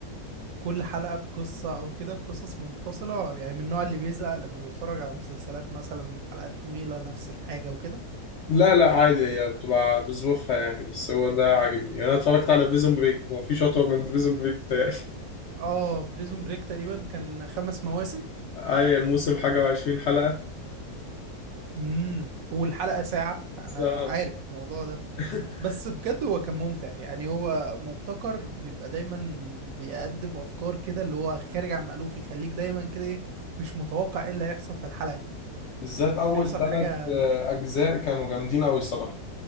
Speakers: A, on the right; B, on the left.
A: كل حلقة بقصة او كده بقصص منفصلة يعني من النوع اللي بيزهق لما بيتفرج على مسلسلات مثلا حلقات طويلة نفس الحاجة وكده
B: لا لا عادي هي بتبقى بظروفها يعني بس هو ده عاجبني يعني انا اتفرجت على بريزون بريك ومفيش اطول من بريزون بريك بتاعي <laughs>
A: اه بريزون بريك تقريبا كان خمس مواسم
B: اي الموسم حاجه وعشرين حلقه
A: امم والحلقة ساعة انا
B: بس- آه،
A: عارف الموضوع ده
B: <laughs>
A: بس بجد هو كان ممتع يعني هو مبتكر بيبقى دايما بيقدم افكار كده اللي هو خارج عن المألوف يخليك دايما كده ايه مش متوقع ايه اللي هيحصل في الحلقة دي
B: بالذات اول
A: بيحصل
B: ثلاث
A: حاجة
B: اجزاء كانوا جامدين قوي الصراحه